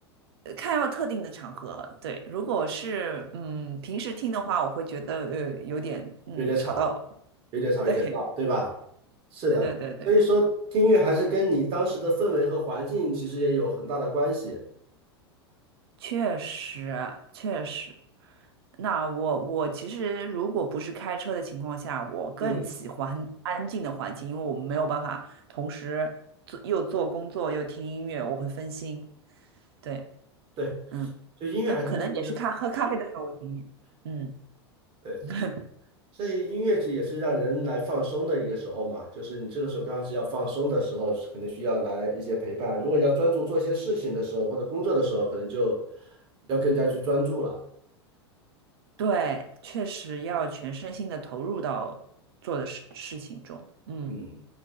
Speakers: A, on the right (about 60°); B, on the right (about 40°).
A: 呃看要特定的场合。对，如果是嗯平时听的话，我会觉得呃有点嗯吵到我。
B: 有点吵，
A: <laughs>
B: 有点吵，
A: 对，
B: 有点闹，对吧？是的，
A: 对对对对。
B: 所以说听音乐还是跟你当时的氛围和环境其实也有很大的关系。
A: 确实，确实。那我我其实如果不是开车的情况下，我更喜欢安静的环境，
B: 嗯，
A: 因为我们没有办法同时做又做工作又听音乐，我会分心。对，
B: 对，
A: 嗯，
B: 就音乐还是是，
A: 就可能也是咖喝咖啡的时候我听音乐嗯，
B: 对。
A: <laughs>
B: 所以音乐剧也是让人来放松的一个时候嘛，就是你这个时候刚好是要放松的时候，可能需要来一些陪伴。如果你要专注做一些事情的时候，或者工作的时候，可能就要更加去专注了。
A: 对，确实要全身心的投入到做的事事情中。嗯，
B: 嗯，